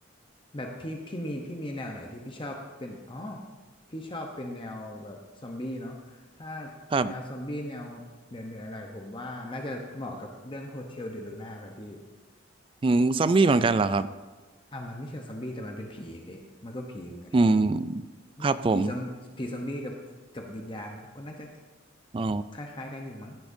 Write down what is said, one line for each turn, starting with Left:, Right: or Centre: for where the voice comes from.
Left: แบบพี่พี่มีพี่มีแนวไหนที่พี่ชอบเป็นอ๋อพี่ชอบเป็นแนวแบบซอมบี้เนาะถ้า
Right: ครับ
Left: แนวซอมบี้แนวเหนือเหนือหน่อยผมว่าน่าจะเหมาะกับเรื่องโฮเทลเดลูน่าครับพี่
Right: อืมซอมบี้เหมือนกันเหรอครับ
Left: อ่ะมันไม่เชิงซอมบี้แต่มันเป็นผีพี่มันก็ผีเหมือนกันพี่
Right: อืมครับผม
Left: ผีซอมผีซอมบี้กับกับวิญญาณเนาะก็น่าจะ
Right: อ๋อ
Left: คล้ายๆกันอยู่มั้ง